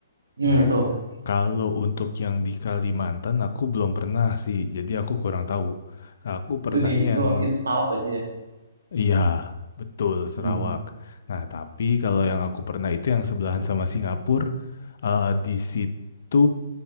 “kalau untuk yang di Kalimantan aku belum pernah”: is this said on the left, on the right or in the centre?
Left